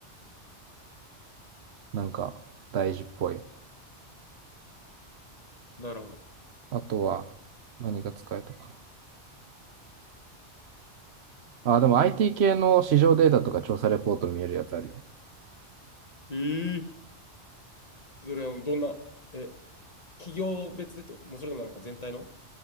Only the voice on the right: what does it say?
なんか大事っぽい。
あとは何が使えたかな。あ、でも IT 系の市場データとか調査レポート見えるやつあるよ。